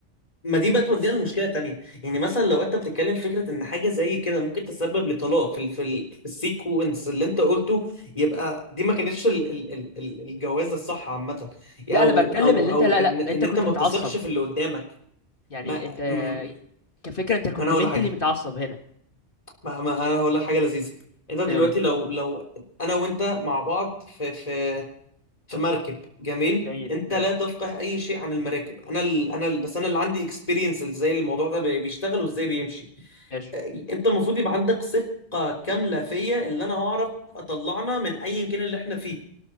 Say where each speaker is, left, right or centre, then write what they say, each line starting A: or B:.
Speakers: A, on the left; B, on the left.
A: ما دي بقى تودينا لمشكله تانية يعني مثلا لو انت بتتكلم في فكره ان حاجه زي كده ممكن تسبب لطلاق في ال في, ال في السيكونس اللي انت قلته يبقى دي ما كانتش ال ال ال ال- الجوازه الصح عامه يعني
B: لا
A: او
B: انا بتكلم
A: او
B: اللي
A: او
B: انت لا
A: ان
B: لا
A: ان
B: انت كنت
A: انت ما
B: متعصب
A: تثقش في اللي قدامك
B: يعني
A: ما
B: انت
A: م-
B: كفكرة انت كنت
A: انا هقول
B: منتلي
A: لك حاجه
B: متعصب هنا
A: ما, ما انا هقول لك حاجه لذيذه انت دلوقتي
B: قول لي
A: لو لو انا وانت مع بعض في في في مركب جميل
B: جميل
A: انت
B: ماشي
A: لا تفقه اي شيء عن المراكب انا ال انا ال بس انا اللي عندي اكسبيرينس ازاي الموضوع ده بي- بيشتغل وازاي بيمشي
B: ماشي
A: انت المفروض يبقى عندك ثقة كاملة فيا اللي انا هعرف اطلعنا من ايا كان اللي احنا فيه